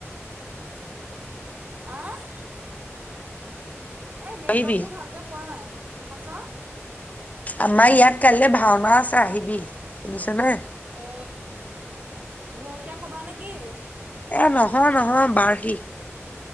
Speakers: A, on the right; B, on the left.
A: আহ এই নেটৱৰ্কটো
B: আহিবি
A: ভালকে পোৱা নাই কি কৈছ
B: আমাৰ ইয়াত কাইলে ভাওনা
A: হেল্ল'
B: আছে আহিবি শুনিছ নাই
A: অ গৰখীয়া হবা নে কি
B: এ নহয় নহয় বাৰহি